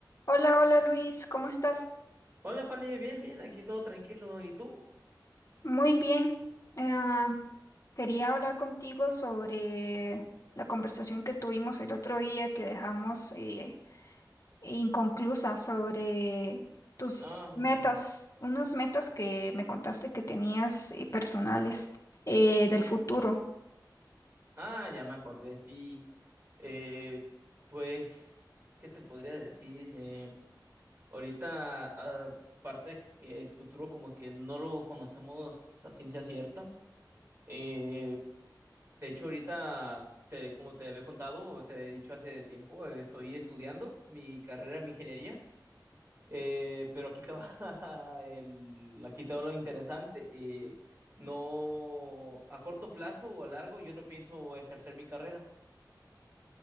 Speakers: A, on the left; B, on the right.
A: Hola, hola Luis, ¿cómo estás?
B: Hola Fanny, bien, bien, aquí todo tranquilo. ¿Y tú?
A: Muy bien. Ah, quería hablar contigo sobre la conversación que tuvimos el otro día que dejamos eh, inconclusa sobre tus
B: Ah,
A: metas, unas metas que me contaste que tenías eh, personales eh, del futuro.
B: ah, ya me acordé, sí. Eh, pues, ¿qué te podría decir? Eh, ahorita, ah, aparte que el futuro como que no lo conocemos a ciencia cierta. Eh, de hecho, ahorita, te, como te había contado, o te había dicho hace tiempo, eh, estoy estudiando mi carrera en ingeniería. Eh, pero aquí te va <laughs> el, aquí te va lo interesante. Eh, no, a corto plazo o a largo, yo no pienso ejercer mi carrera.